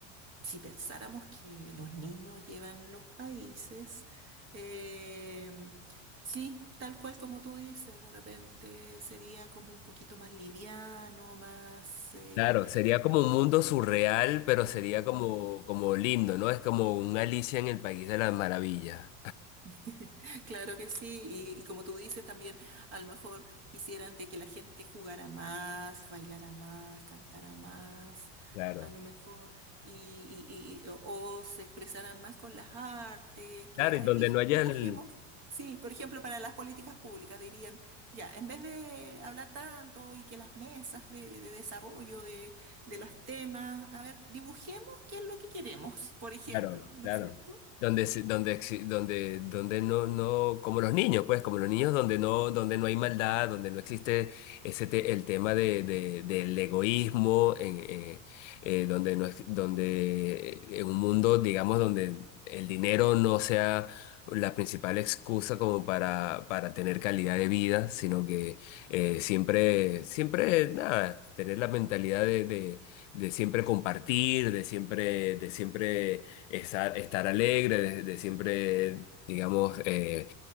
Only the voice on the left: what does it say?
Claro, sería como un mundo surreal, pero sería
como, como lindo, ¿no? Es como un Alicia en el País de las Maravillas.
Claro.
Claro,
y donde
no haya
el,
Claro,
claro.
Donde, se- donde, exi- donde, donde no, no, como los niños, pues, como los niños donde no, donde no hay maldad, donde no existe ese te- el tema de, de- del egoísmo, en, eh, eh, donde no, ex- donde eh, en un mundo, digamos, donde el dinero no sea la principal excusa como para, para tener calidad de vida, sino que eh, siempre, siempre, nada, tener la mentalidad de de- de siempre compartir, de siempre, de siempre estar, estar alegre, de, de siempre, digamos, eh,